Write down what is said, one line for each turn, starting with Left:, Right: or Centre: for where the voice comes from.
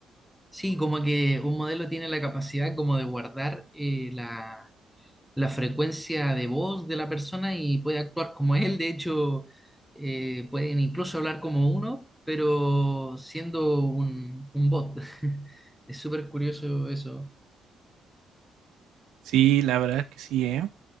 Centre: Sí, como que un modelo tiene la capacidad como de guardar eh, la la frecuencia de voz de la persona y puede actuar como él. De hecho, eh, pueden incluso hablar como uno, pero siendo un, un bot. <laughs> Es súper curioso eso.
Right: Sí, la verdad que sí, ¿eh?